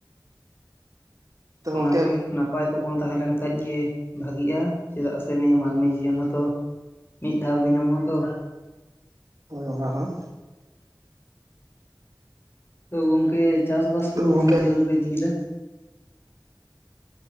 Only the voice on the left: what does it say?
ᱚᱱᱟᱜᱮ
ᱱᱟᱯᱟᱭ ᱛᱮᱵᱚᱱ ᱛᱟᱦᱮᱸ ᱞᱮᱱ ᱠᱷᱟᱡ ᱜᱮ ᱵᱷᱟᱜᱤᱜᱼᱟ ᱪᱮᱫᱟᱜ ᱥᱮ ᱱᱤᱭᱟᱹ ᱢᱟᱹᱱᱢᱤ ᱡᱤᱭᱚᱱ ᱦᱚᱸᱛᱚ ᱢᱤᱫ ᱫᱷᱟᱣ ᱜᱮ ᱧᱟᱢᱚᱜᱼᱟ ᱛᱚ᱾
ᱛᱚ ᱜᱚᱝᱠᱮ ᱪᱟᱥ ᱵᱟᱥ ᱠᱚᱫᱚ
ᱛᱤᱱᱟᱹᱜ ᱡᱷᱟᱹᱞ ᱯᱮ ᱤᱫᱤ ᱠᱮᱫᱟ?